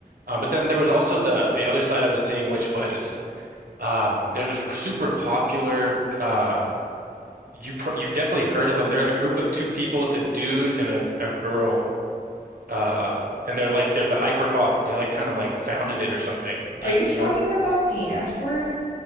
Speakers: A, on the right; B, on the left.
A: um, but then there was also the the other side I was seeing which was um they're super popular uh you pr you've definitely heard of them they're a group of two people it's a dude and a, a girl um, and they're like they're the hyper pop. They like kind of like founded it or something. Do
B: Are
A: you
B: you
A: do
B: talking
A: you know?
B: about DeAntword?